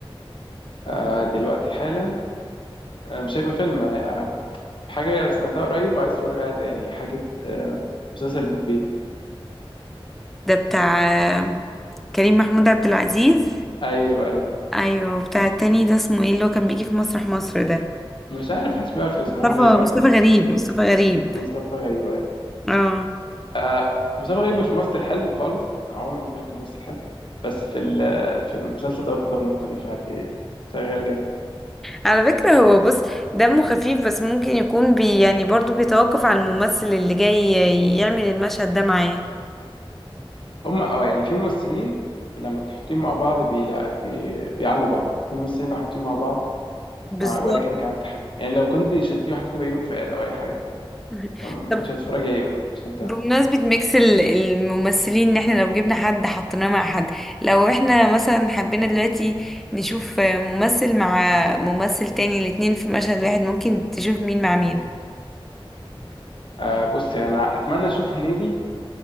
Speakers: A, on the left; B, in the centre.
A: آه، دلوقتي حالا آه، مش هيبقى فيلم آه، حاجة سمعتها قريب وعايز اتفرج عليها تاني حاجة آه، مسلسل بيت بيتي
B: ده بتاع آه، كريم محمود عبد العزيز
A: ايوه ايوه
B: ايوه وبتاع التاني ده اسمه ايه اللي هو كان بيجي في مسرح مصر ده
A: مش عارف محدش بيعرف اسمه
B: مصطفى
A: حاجة غريبة أوي.
B: مصطفى غريب
A: اسمه
B: مصطفى غريب
A: مصطفى غريب ايوه
B: اه
A: آه مصطفى غريب مش ممثل حلو خالص عمري ما شفت ممثل حلو بس في ال- في المسلسل ده برضه دمه خفيف عادي شغال جامد
B: على فكرة هو بص دمه خفيف بس ممكن يكون بي يعني برضو بيتوقف على الممثل اللي جاي يعمل المشهد ده معاه
A: هم اه يعني في ممثلين لما تحطيهم مع بعض بي... بي... بيعلوا بعض في ممثلين لو حاطين مع بعض
B: بالظبط
A: مع... ولا كأنك عملت حاجة يعني لو كنت شلتيه وحطيتيه بيومي فؤاد او اي حاجة
B: <laughs>
A: يعني ما
B: طب
A: كنتش هتتفرج عليه وانت مستمتع
B: بمناسبة ميكس ال- الممثلين ان احنا لو جبنا حد حطيناه مع حد لو احنا مثلا حبينا دلوقتي نشوف ممثل مع ممثل تاني الاتنين في مشهد واحد ممكن تشوف مين مع مين
A: آه بصي انا اتمنى اشوف هنيدي